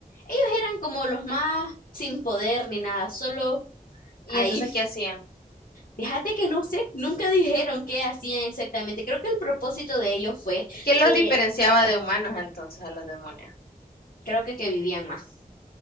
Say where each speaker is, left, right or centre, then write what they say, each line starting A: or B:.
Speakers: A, on the left; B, on the left.
A: Ellos eran como los más sin poder ni nada, solo
B: ¿Y
A: ahí.
B: entonces qué hacían?
A: Fíjate que no sé, nunca dijeron qué hacían exactamente. Creo que el propósito de ellos fue
B: ¿Quién los
A: que
B: diferenciaba de humanos entonces a los demonios?
A: creo que, que vivían más.